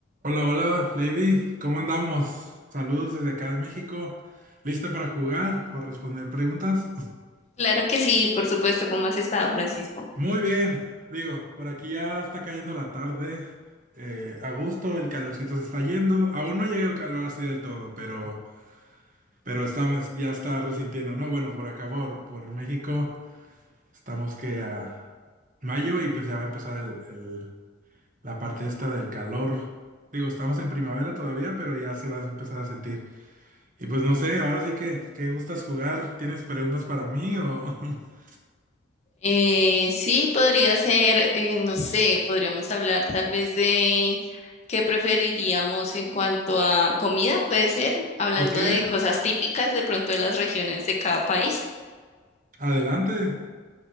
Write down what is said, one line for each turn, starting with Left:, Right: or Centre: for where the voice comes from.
Right: Hola, hola, Lady, ¿cómo andamos? Saludos desde acá de México. ¿Lista para jugar o responder preguntas?
Left: Claro que sí, por supuesto, ¿cómo has estado, Francisco?
Right: <laughs> Muy bien, digo, por aquí ya está cayendo la tarde. eh, a gusto, el calorcito se está yendo. Aún no llega el calor así del todo, pero, pero estamos, ya está resintiendo, ¿no? Bueno, por acá, por, por México, estamos que a mayo y pues ya va a empezar el, el- la parte esta del calor. Digo, estamos en primavera todavía, pero ya se va a empezar a sentir. Y pues no sé, ahora sí que, ¿qué gustas jugar? ¿Tienes preguntas para mí o, <laughs>
Left: Eh, sí, podría ser, eh, no sé, podríamos hablar tal vez de qué preferiríamos en cuanto a comida, puede ser, hablando
Right: o qué?
Left: de cosas típicas de pronto de las regiones de cada país.
Right: Adelante.